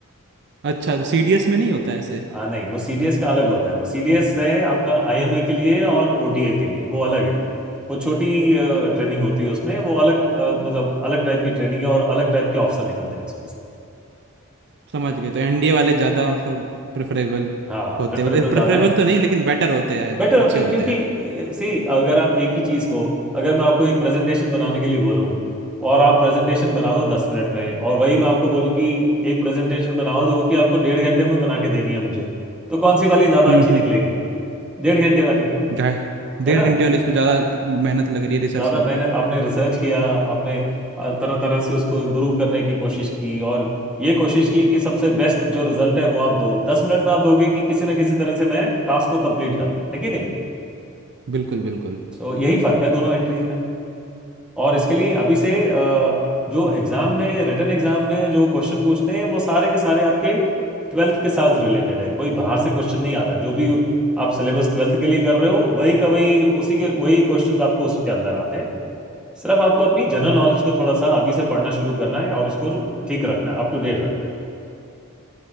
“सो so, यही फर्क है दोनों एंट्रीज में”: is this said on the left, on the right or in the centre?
Centre